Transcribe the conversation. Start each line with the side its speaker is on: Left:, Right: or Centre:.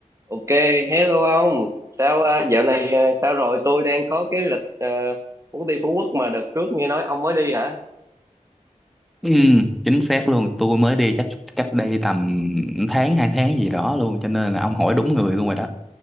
Right: Ok, hello ông. Sao ờ, dạo này ờ, sao rồi? Tôi đang có cái lịch ờ, muốn đi Phú Quốc mà đợt trước nghe nói ông mới đi hả?
Centre: Ừ, chính xác luôn tôi mới đi chắc cách đây tầm tháng hai tháng gì đó luôn cho nên là ông hỏi đúng người luôn rồi đó